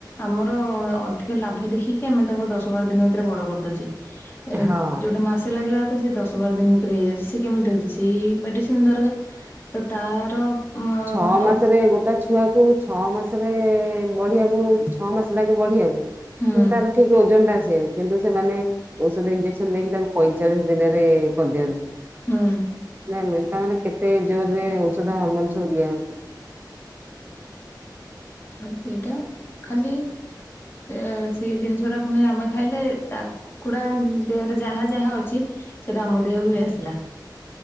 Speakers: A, on the left; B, on the right.
A: ଆମର ଅଧିକା ଲାଭ ଦେଖିକି ଆମେ ତାଙ୍କୁ ଦଶ ବାର ଦିନ ଭିତରେ ବଡ କରିଦଉଛେ। ଏ
B: ହଁ।
A: ଯୋଉଟା ମାସେ ଲାଗିବା ମୋର ତ ସେଇ ଦଶ ବାର ଦିନ ଭିତରେ ହେଇଯାଉଛି। ସେ କେମିତି ହଉଛି, ସେଇ ମେଡିସିନ ଦରଜ ତ ତାର
B: ଛଅ
A: ଅ
B: ମାସରେ ଗୋଟା ଛୁଆକୁ କୁ, ଛଅ ମାସେରେ ବଢିଆକୁ ଛଅ ମାସ ଲାଗେ ବଢିଆକୁ। କିନ୍ତୁ
A: ହୁଁ
B: ତାର ଠିକ ଓଜନଟା ଆସିଆକୁ କିନ୍ତୁ ସେମାନେ ଔଷଧ, ଇଞ୍ଜେକ୍ସନ ଦେଇକି ତାକୁ ପଇଁଚାଳିଶ ଦିନେରେ ଇଏ କରିଦିଅନ୍ତି।
A: ହୁଁ।
B: ନାଇଁ ମେନ୍, ତାମାନେ କେତେ ଜୋରରେ ଔଷଧ, ହରମୋନ ସବୁ ଦିଆହଉଛି।
A: ଆ ସେଇଟା, ଖାଲି ସେ ସେଇ ଜିନିଷଟା ପୁଣି ଆମେ ଖାଇଲେ ତା କୁକୁଡା ଦେହରେ ଯାହା ଯାହା ଅଛି, ସେଟା ଆମ ଦେହକୁ ବି ଆସିଲା।